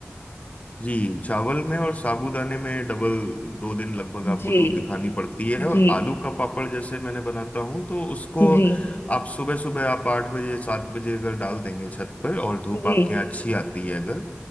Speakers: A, on the left (about 35°); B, on the left (about 70°).
A: जी चावल में और साबूदाने में डबल दो दिन लगभग आपको
B: जी
A: धूप दिखानी पड़ती है और
B: जी
A: आलू का पापड़ जैसे मैंने बनाता हूँ तो उसको
B: जी
A: आप सुबह सुबह आप आठ बजे सात बजे अगर डाल देंगे छत पर और धूप
B: जी
A: आपके यहाँ अच्छी आती है अगर